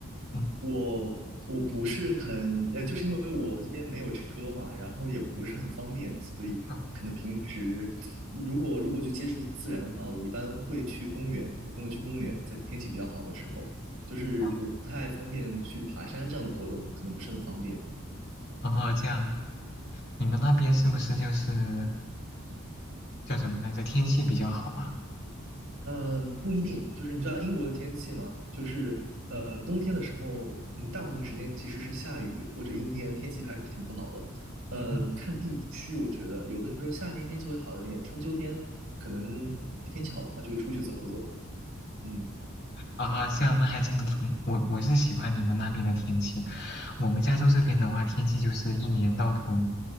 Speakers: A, on the left; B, on the right.
A: 嗯，
B: 我我不是很，呃，就是因为我这边没有车嘛，然后也不是很方便，所以可能平时如果如果去接触自然的话，
A: 哦，
B: 我一般会去公园，和朋友去公园，在天气比较好的时候，就是不太方便去爬山这样的活动，
A: 哦，
B: 可能不是很方便。
A: 哦，这样啊。你们那边是不是就是叫什么来着？天气比较好啊。
B: 嗯，不一定，就是你知道英国的天气吗？就是呃，冬天的时候，嗯，大部分时间其实是下雨或者阴天，天气还是挺不好的。呃，
A: 嗯
B: 看地区，我觉得有的时候夏天天气会好一点，春秋天可能天气好的话就会出去走走。嗯，
A: 啊，这样那还真的挺，我我是喜欢你们那边的天气。我们加州这边的话，天气就是一年到头